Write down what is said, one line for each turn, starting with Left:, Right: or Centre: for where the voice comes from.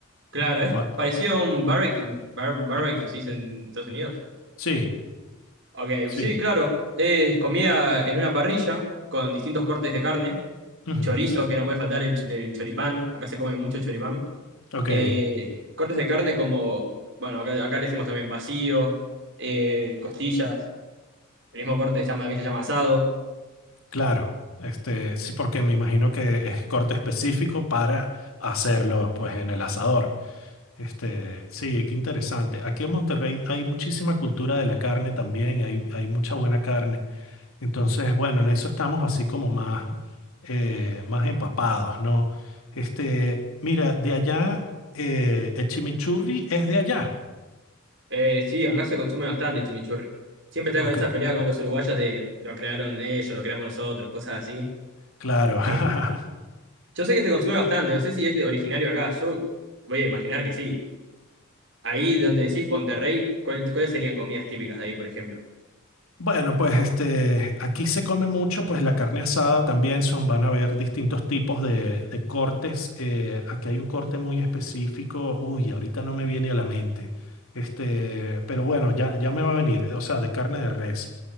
Right: Claro, es
Left: O-
Right: parecido a un barbecue. Bar- barbecue
Left: o-
Right: se dice en Estados Unidos.
Left: sí,
Right: Ok,
Left: sí.
Right: sí, claro. Es comida en una parrilla con distintos cortes de carne.
Left: ujú,
Right: Chorizo, que no puede faltar el, ch- el choripán. Acá se come mucho choripán.
Left: Ok,
Right: Eh, cortes de carne como, bueno, acá, acá le decimos también vacío, eh, costillas. El mismo corte se llama, también se llama asado.
Left: claro. Este, sí, porque me imagino que es corte específico para hacerlo, pues, en el asador. Este, sí, qué interesante. Aquí en Monterrey hay muchísima cultura de la carne también, hay, hay mucha buena carne. Entonces, bueno, en eso estamos así como más, eh, más empapados, ¿no? Este, mira, de allá, eh, el chimichurri es de allá.
Right: Eh, sí, acá se consume bastante chimichurri. Siempre está
Left: Ok,
Right: con esa pelea con los uruguayos de lo crearon ellos, lo creamos nosotros, cosas así.
Left: claro.
Right: Y
Left: <laughs>
Right: yo sé que se consume bastante, no sé si es de originario acá, yo voy a imaginar que sí. Ahí donde decís Monterrey, ¿cuál- cuáles serían comidas típicas de ahí, por ejemplo?
Left: Bueno, pues este, aquí se come mucho, pues la carne asada también son, van a haber distintos tipos de, de cortes. eh, aquí hay un corte muy específico. Uy, ahorita no me viene a la mente. Este, pero bueno, ya, ya me va a venir, o sea, de carne de res.